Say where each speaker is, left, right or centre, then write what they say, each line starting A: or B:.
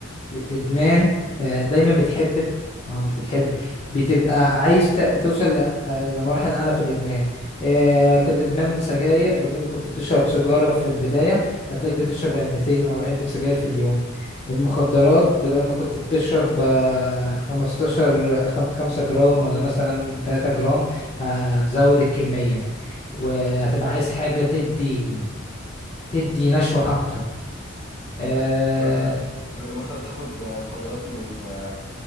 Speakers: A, on the left; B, on the left.
A: الادمان آه، دايما بتحب او مش بتحب بتبقى عايز ت- توصل ل- آه، لمراحل اعلى في الادمان آه، كان ادمان سجاير بدل ما كنت بتشرب سيجاره في البدايه هتلاقيك بتشرب علبتين او علبه سجاير في اليوم المخدرات بدل ما كنت بتشرب آه، 15 خم- 5 جرام ولا مثلا 3 جرام آه، هتزود الكميه وهتبقى عايز حاجه تدي تدي نشوه اكتر آه،
B: امم فبدأت تقدر مثلا تاخد آه، مخدرات من آه،